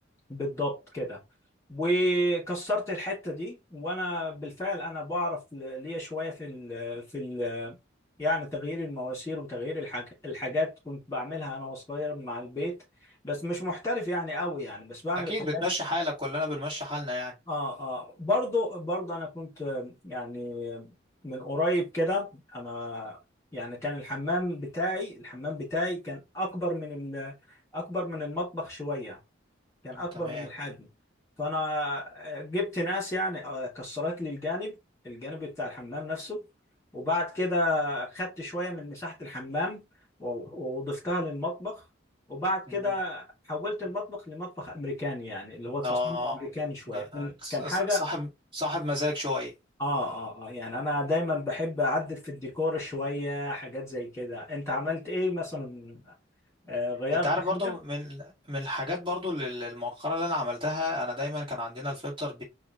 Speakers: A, on the left; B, on the right.
A: بالضبط كده وكسرت الحتة دي وانا بالفعل انا بعرف ل- ليا شوية في ال في ال يعني تغيير المواسير وتغيير الحاج الحاجات كنت بعملها انا وصغير مع البيت بس مش محترف يعني قوي يعني بس بعمل
B: اكيد
A: الحاجات
B: بتمشي حالك كلنا بنمشي حالنا يعني
A: اه اه برضو برضو انا كنت آه، يعني من قريب كده انا يعني كان الحمام بتاعي الحمام بتاعي كان اكبر من ال اكبر من المطبخ شوية كان
B: اه
A: اكبر
B: تمام
A: من الحجم فانا جبت ناس يعني آه، كسرت لي الجانب الجانب بتاع الحمام نفسه وبعد كده خدت شويه من مساحه الحمام و- وضفتها للمطبخ وبعد
B: مم.
A: كده حولت المطبخ لمطبخ امريكاني يعني اللي هو التصميم
B: اه
A: الامريكاني شويه
B: ده أنت
A: من-
B: ص-
A: كان حاجه
B: صاحب صاحب مزاج شوية
A: اه اه اه يعني انا دايما بحب اعدل في الديكور شويه حاجات زي كده انت عملت ايه مثلا آه غيرت
B: انت عارف
A: حاجه
B: برضو من من الحاجات برضو لل- المؤخرة اللي انا عملتها انا دايما كان عندنا الفلتر